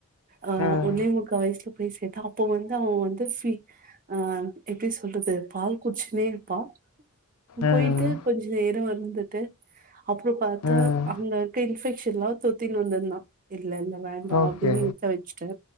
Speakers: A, on the right; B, on the left.
A: ஆஹ்
B: ம்
A: ஒன்னே முக்க வயசுல போய் சேத்த அப்ப வந்து அவன் வந்து பீ ஹ ஹான் எப்படி சொல்றது பால் குடிஷ்ணே இருப்பா
B: ம்
A: போயிட்டு கொஞ்சோ நேரோ வரு வந்துட்டு அப்ரோ பாத்த
B: ம்
A: அங்க இருக்க இன்பெக் ஷ எல்லா தொத்தின்னு வந்துந்தா இல்ல இல்ல வேண்டா
B: ஓகே
A: அப்படின்னு நிக்க வச்சிட்டு